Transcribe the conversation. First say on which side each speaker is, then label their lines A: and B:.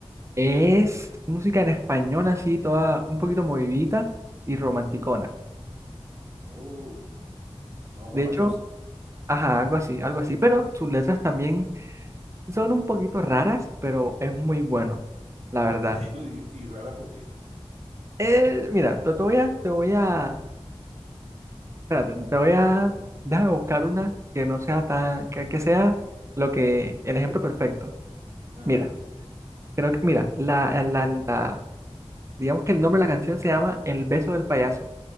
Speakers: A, on the right; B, on the right.
A: Es música en español así, toda un poquito movidita y romanticona.
B: Oh, toda
A: De
B: guapachosa.
A: hecho,
B: <laughs>
A: ajá, algo así, algo así. Pero sus letras también son un poquito raras, pero es muy bueno, la verdad.
B: Y, pues, y- y rara, ¿por qué?
A: Eh, mira, te, te voy a, te voy a Espérate, te voy a, déjame buscar una que no sea tan, que, que sea lo que, el ejemplo perfecto.
B: Ajá.
A: Mira, creo que, mira, la, la, la, digamos que el nombre de la canción se llama El beso del payaso.